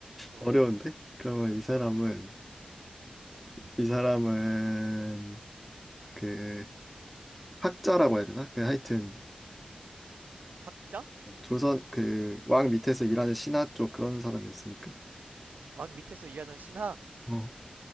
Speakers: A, on the right; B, in the centre.
A: 어,
B: 어려운데? 그러면 이 사람은,
A: 음.
B: 이 사람은, 그, 학자라고 해야 되나? 그 하여튼,
A: 학자?
B: 조선 그 왕 밑에서 일하는 신하 쪽 그런 사람이었으니까.
A: 왕 밑에서 일하는 신하?
B: 어,